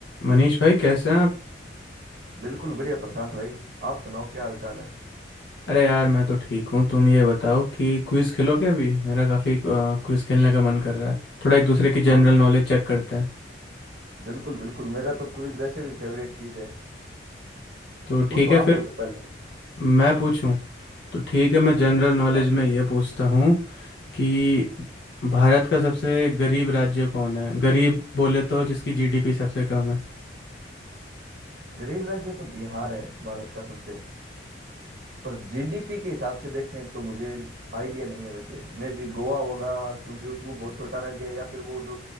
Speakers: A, on the left; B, on the right.
A: मनीष भाई कैसे हैं आप
B: बिल्कुल बढ़िया प्रशांत भाई आप सुनाओ क्या हाल चाल है
A: अरे यार मैं तो ठीक हूँ तुम ये बताओ कि क्विज खेलोगे अभी मेरा काफ़ी क्विज खेलने का मन कर रहा है थोड़ा एक दूसरे की जनरल
B: हाँ हाँ
A: नॉलेज चेक करते हैं
B: बिल्कुल बिल्कुल मेरा तो क्विज वैसे भी फेवरेट चीज है
A: तो
B: पूछो
A: ठीक है
B: आप
A: फिर
B: पूछो पहले
A: मैं पूछूं तो ठीक है मैं जनरल
B: बिल्कुल
A: नॉलेज
B: आप पूछिए
A: में ये पूछता हूँ कि भारत का सबसे गरीब राज्य कौन है गरीब बोले तो जिसकी जीडीपी सबसे कम है
B: गरीब राज्य तो बिहार है भारत का सबसे पर जीडीपी के हिसाब से देखें तो मुझे आइडिया नहीं है वैसे मे भी गोवा होगा क्योंकि उस वो बहुत छोटा राज्य है या फिर वो जो